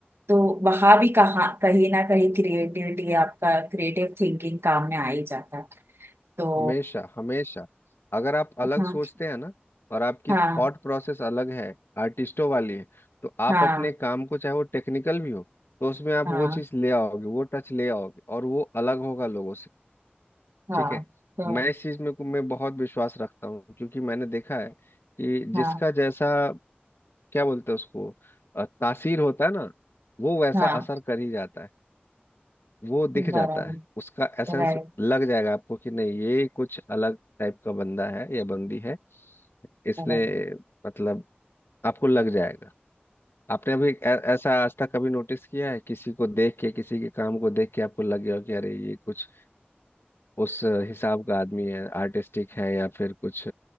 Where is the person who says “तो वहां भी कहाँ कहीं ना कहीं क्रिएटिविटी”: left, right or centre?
Right